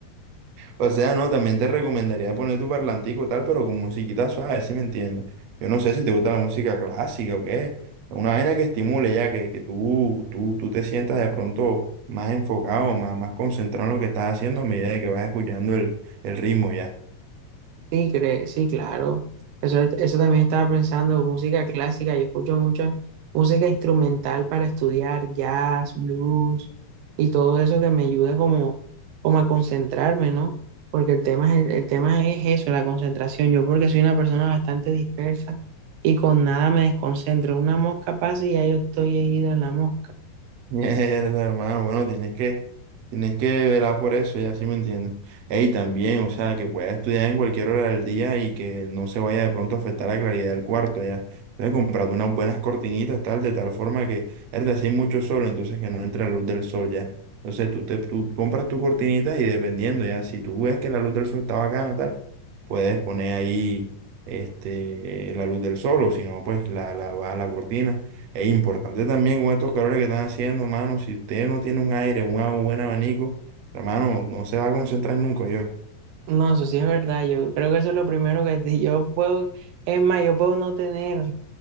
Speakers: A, on the right (about 65°); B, on the right (about 80°).
A: O sea, no, también te recomendaría poner tu parlantico y tal, pero con musiquita suave, si me entiendes. Yo no sé si te gusta la música clásica o qué. Una vaina que estimule ya, que, que tú, tú, tú te sientas de pronto más enfocado, más, más concentrado en lo que estás haciendo a medida de que vas escuchando el, el ritmo ya.
B: Sí, cre- sí, claro. Eso, eso también estaba pensando, música clásica. Yo escucho mucha música instrumental para estudiar, jazz, blues y todo eso que me ayude como, como a concentrarme, ¿no? Porque el tema, es el, el tema es eso, la concentración. Yo porque soy una persona bastante dispersa y con nada me desconcentro. Una mosca pasa y ya yo estoy ido en la mosca.
A: <laughs> Mierda, hermano, bueno, tienes que, tienes que velar por eso, ya sí me entiendes. Ey, también, o sea, que pueda estudiar en cualquier hora del día y que no se vaya de pronto a afectar la claridad del cuarto, ya. Entonces, comprarte unas buenas cortinitas, tal, de tal forma que, es decir, mucho sol, entonces que no entre la luz del sol, ya. Entonces, tú, te, tú compras tu cortinita y dependiendo, ya, si tú ves que la luz del sol está bacana, tal, puedes poner ahí, este, la luz del sol, o si no, pues la, la, baja la cortina. Es importante también con estos calores que están haciendo, mano. Si usted no tiene un aire, un, un buen abanico, hermano, no se va a concentrar nunca yo.
B: No, eso sí es verdad. Yo creo que eso es lo primero que te- yo puedo. Es más, yo puedo no tener